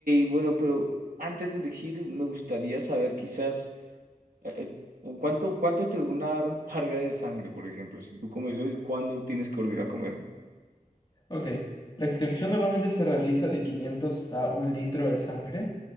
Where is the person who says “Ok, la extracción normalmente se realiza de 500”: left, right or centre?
Left